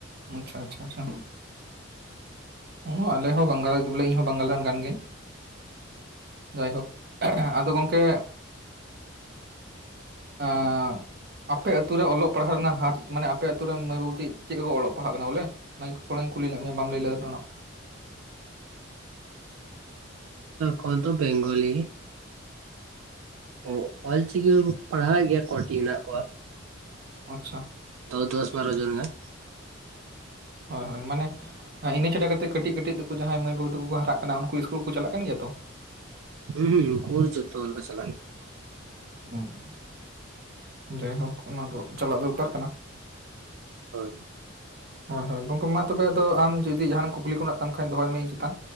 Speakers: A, on the right; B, on the right.
A: ᱟᱪᱪᱷᱟ ᱟᱪᱪᱷᱟ ᱟᱪᱪᱷᱟ ᱦᱩᱸ ᱟᱞᱮ ᱦᱚᱸ ᱵᱟᱝᱜᱟᱞ ᱤᱧ ᱦᱚᱸ ᱵᱟᱝᱜᱟᱞ ᱨᱮᱱ ᱠᱟᱱ ᱜᱤᱭᱟᱹᱧ᱾ ᱡᱟᱭᱦᱳᱠ ᱟᱫᱚ ᱜᱚᱝᱠᱮ ᱟᱻ ᱟᱯᱮ ᱟᱛᱩᱨ ᱨᱮ ᱚᱞᱚᱜ ᱯᱟᱲᱦᱟᱜ ᱨᱮᱱᱟᱜ ᱦᱟᱨ ᱢᱟᱱᱮ ᱟᱯᱮ ᱟᱹᱛᱩᱨᱮᱱ ᱢᱟᱹᱭ ᱵᱟᱹᱵᱩ ᱪᱮᱫ ᱠᱚ ᱠᱚ ᱚᱞᱚᱜ ᱯᱟᱲᱦᱟᱜ ᱠᱟᱱᱟ ᱵᱚᱞᱮ ᱚᱱᱟᱧ ᱛᱷᱚᱲᱟᱧ ᱠᱩᱞᱤ ᱞᱮᱫ ᱢᱮᱭᱟ ᱵᱟᱢ ᱞᱟᱹᱭ ᱞᱮᱫᱟ᱾
B: <unintelligible> ᱵᱮᱝᱜᱚᱞᱤ᱾ ᱚ ᱚᱞ ᱪᱤᱠᱤ ᱦᱚᱸᱠᱚ ᱯᱟᱲᱦᱟᱣ ᱮᱜ ᱜᱮᱭᱟ ᱠᱚᱴᱤ ᱦᱮᱱᱟᱜ ᱠᱚᱣᱟ᱾
A: ᱟᱪᱪᱷᱟ᱾
B: ᱛᱚ ᱫᱚᱥ ᱵᱟᱨᱚ ᱡᱚᱱ ᱜᱟᱱ᱾
A: ᱦᱳᱭᱻᱦᱳᱭ ᱢᱟᱱᱮ ᱤᱱᱟ ᱪᱷᱟᱰᱟ ᱠᱟᱛᱮ ᱠᱟᱹᱴᱤᱡ ᱠᱟᱹᱴᱤᱡ ᱠᱚ ᱡᱟᱦᱟᱸᱭ ᱢᱟᱹᱭ ᱵᱟᱹᱵᱩ ᱛᱟᱠᱚ ᱠᱚ ᱦᱟᱨᱟᱜ ᱠᱟᱱ ᱜᱮᱭᱟ ᱩᱱᱠᱩ ᱤᱥᱠᱩᱞ ᱠᱚᱠᱚ ᱪᱟᱞᱟᱜ ᱠᱟᱱ ᱜᱮᱭᱟ ᱛᱚ?
B: ᱦᱩᱸ ᱦᱩᱸ ᱩᱱᱠᱩ ᱠᱚᱫᱚ ᱡᱚᱛᱚ ᱞᱮᱠᱟ ᱪᱟᱞᱟᱜ᱾
A: ᱦᱚᱸ ᱡᱟᱭᱦᱳᱠ ᱚᱱᱟ ᱫᱚ ᱪᱟᱞᱟᱜ ᱫᱚᱨᱠᱟᱨ ᱠᱟᱱᱟ᱾
B: ᱦᱳᱭ
A: ᱦᱳᱭ ᱦᱳᱭ ᱜᱚᱝᱠᱮ ᱢᱟ ᱛᱚᱵᱮ ᱟᱫᱚ ᱟᱢ ᱡᱩᱫᱤ ᱡᱟᱦᱱᱟᱜ ᱠᱩᱠᱞᱤ ᱠᱚ ᱢᱮᱱᱟᱜ ᱛᱟᱢ ᱠᱷᱟᱱ ᱫᱚᱦᱚᱭ ᱢᱮ ᱤᱧ ᱪᱮᱛᱟᱱ?